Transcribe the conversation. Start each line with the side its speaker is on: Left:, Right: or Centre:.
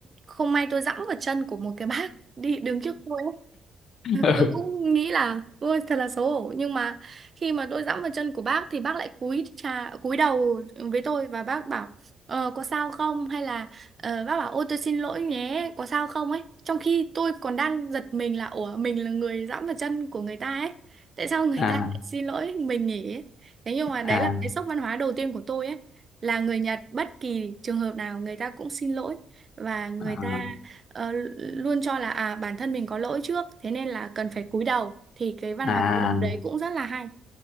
Right: không may tôi dẫm vào chân của một cái <laughs> bác đi đứng trước tôi
Left: <laughs>
Right: tôi cũng nghĩ là ôi thật là xấu hổ nhưng mà khi mà tôi dẫm vào chân của bác thì bác lại cúi chà cúi đầu với tôi và bác bảo ờ, có sao không hay là ờ, bác bảo ôi tôi xin lỗi nhé có sao không ấy trong khi tôi còn đang giật mình là ủa mình là người dẫm vào chân của người ta ấy tại sao người
Left: Ừ. à
Right: ta lại xin lỗi mình nhỉ ấy. thế nhưng mà đấy
Left: à
Right: là cái sốc văn hóa đầu tiên của tôi ấy là người Nhật bất kỳ trường hợp nào người ta cũng xin lỗi và người
Left: à
Right: ta ờ, luôn cho là à bản thân mình có lỗi trước thế nên là cần phải cúi đầu thì cái văn
Left: à
Right: hóa cúi đầu đấy cũng rất là hay